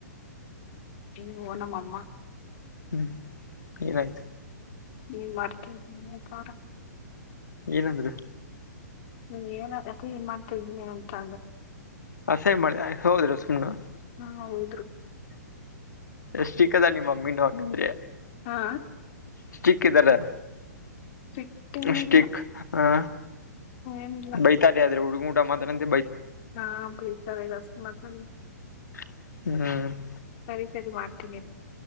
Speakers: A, on the left; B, on the left.
A: ನೀ ಓನಮ್ಮಮ್ಮ
B: ಹ್ಮ್ ಏನಾಯ್ತು
A: ನೀನ್ ಮಾಡರ್ತೇಿತಾರ
B: ಏನಂದ್ರು
A: ಹ್ಮ ಏನ್ ಅದ ಏನ್ ಮಾಡ್ತಾ ಇದಿದ್ದೀನಿ ಅಂತ ಅಂದ್ರು
B: <unintelligible>
A: ಹ್ಮ ಹೌದು
B: ಎಷ್ಟ ಸಿಕ್ಕದಾ ನಿಮ್ಮ ಮಮ್ಮಿ ನಂದ್ರೆ
A: ಹಾ
B: ಸ್ಟಿಕ್ ಇದ್ದಾರೆ
A: ಸಿಟ್ಟೇನಿಲ್ಲ
B: ಸ್ಟಿಕ್ ಹ
A: ಏನಿಲ್ಲ
B: ಬೈತಾರೆ ಆದ್ರೆ ಹುಡುಗ ಕೂಟ ಮಾತಾಡ್ರೆ ಅಂದ್ರೆ
A: ಹಾ ಬೈತಾರೆ ಜಾಸ್ತಿ ಮಾತಾಡಿದ್ರೆ
B: ಹ್ಮ್
A: ಸರಿ ಸರಿ ಮಾಡ್ತೀನಿ